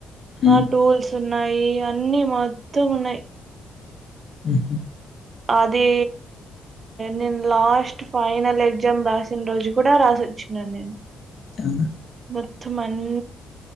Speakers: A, on the left; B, on the right.
A: హ్మ్.
B: ఆ టూల్స్ ఉన్నాయి అన్ని మొత్తం ఉన్నాయ్
A: హ్మ్.
B: అది నేను లాస్ట్ ఫైనల్ ఎజ్జామ్ రాసిన్ రోజు కూడా రాసిన్ క్షణ నెన్
A: ఆ
B: మర్ధమన్